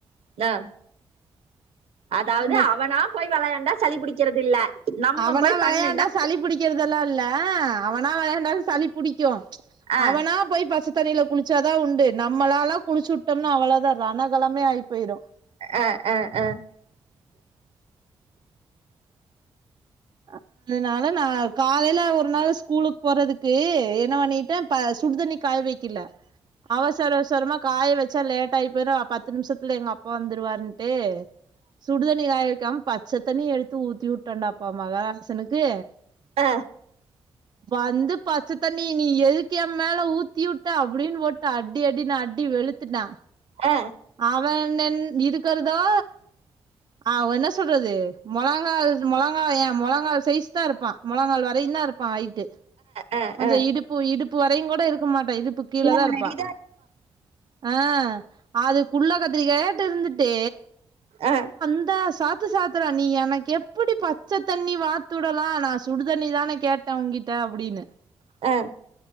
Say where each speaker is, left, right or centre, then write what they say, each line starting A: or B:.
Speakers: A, on the right; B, on the right.
A: தா அதாவ்து
B: அது மட்
A: அவனா போய் வெளையாண்டா சளிபிடிக்கிறது இல்ல நம்ம
B: அவனா
A: போய்
B: வெளையாண்டா
A: பண்ணுனா
B: சளி புடிக்கறதுல்லா இல்ல அவனா வெளையாண்டா சளிப் புடிக்கூ
A: ஆ
B: அவனா போய் பசத் <unintelligible> தண்ணியில குளிச்சாதா உண்டு நம்மளால குளிச்சுட்டம்ன அவள தா ரனகளமே அயி போயிரோ
A: அ அ அ
B: அ அதனால நா காலையில ஒரு நாள் ஸ்கூலுக்கு போறதுக்கு என்ன பண்ணிட்டேன் ப சுடுதண்ணி காய வெக்கல அவசர சொர்மா காய வெச்சா லேட் ஆயி போயிரோ அ பத்து நிமிஷத்தில எங்க அப்பா வந்துருவருன்ட்டு சுடுதண்னி காய வெக்கமா பச்ச தண்ணி எடுத்து ஊத்தி உட் டனப் இப்போ மகாராசனுக்கு
A: அ
B: வந்து பச்சத்தண்ணி நீ எதுக் ஏ மேல ஊத்தி வுட்ட அப்புடின் போட்டு அடி அடி நா அடி வெளுத்துட்ட
A: ஆ
B: அவனன் இங்க இருக்கறதா அவ என்ன சொல்றது முளங்கால் முளங்காய் ஏன் முளங்கா சைஸ் தான் இருப்பான் முளங்கால் வத் <unintelligible> இருப்பா ஐட்டு
A: ஆ
B: கொஞ்ஜோ
A: ஆ
B: இடுப்பு இடுப்பு வரையு கூட த இருக்க மாட் இடுப்பு கீழ தா
A: முன்னாடிதா
B: இருப்பா ஆ அதுக்குள்ள கத்திரிக்கத் ட் இருந்துட்டே
A: அ
B: அந்த சாத்து சாத்துற நீ எனக்கு எப்படி பச்ச தண்ணி வாத்துடுலா நா சுடுதண்ணி தானே கேட்டே உன்கிட்ட அப்புடீன்னு
A: அ